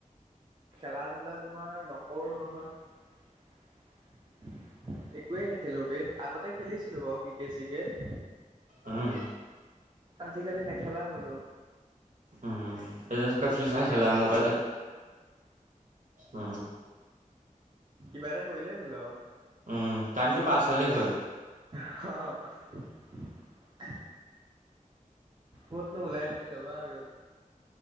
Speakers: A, on the right; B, on the right.
A: খেলা ধূলা তোমাৰ নকৰো নহয়। একোৱে নেখেলো বে আগতে খেলিছিলো বাৰু ক্ৰিকেট চিকেট।
B: উম
A: আজিকালি নেখেলা হলো।
B: উম এটো চ ক ফি ফাই খেলা উম বল উম
A: কিবা এটা কৰিলে হ'ল আৰু
B: উম টাইমটো পাছ হলে হ'ল।
A: হা ক'তনো ওলাই মেলি যাবা আৰু